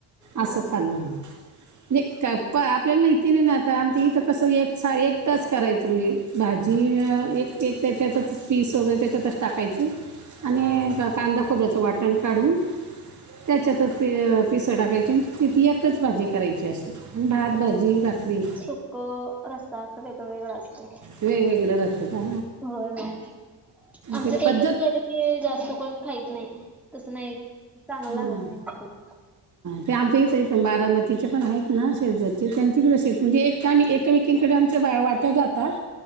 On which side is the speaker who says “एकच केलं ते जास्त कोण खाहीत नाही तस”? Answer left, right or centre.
Centre